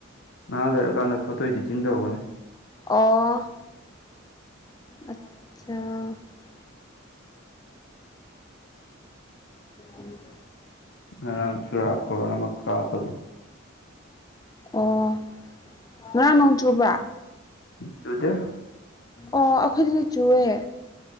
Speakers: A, on the left (about 60°); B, on the left (about 20°).
A: ꯉꯍꯥꯛ ꯂꯩꯔꯀꯥꯟꯗ ꯐꯣꯇꯣ ꯏꯗꯤꯇꯤꯡ ꯇꯧꯒꯅꯤ
B: ꯑꯣ ꯑꯆꯥ <unintelligible> <unintelligible> ꯎꯝ
A: ꯉꯔꯥꯡ ꯆꯨꯔꯥ ꯈꯨꯔꯣꯟ ꯑꯃ ꯀꯥꯞꯄꯒꯤ
B: ꯑꯣ ꯉꯔꯥꯡ ꯅꯣꯡꯖꯨꯕ꯭ꯔꯥ
A: ꯆꯨꯗꯦ
B: ꯑꯣ ꯑꯩꯈꯣꯏꯗꯤ ꯆꯨꯑꯦ